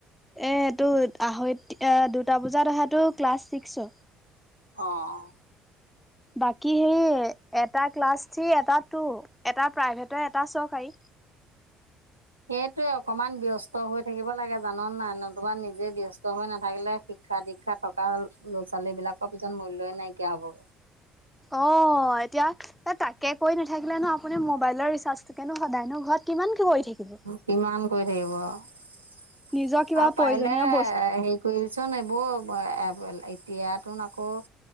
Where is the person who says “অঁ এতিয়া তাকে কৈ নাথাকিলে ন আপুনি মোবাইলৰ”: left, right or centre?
Centre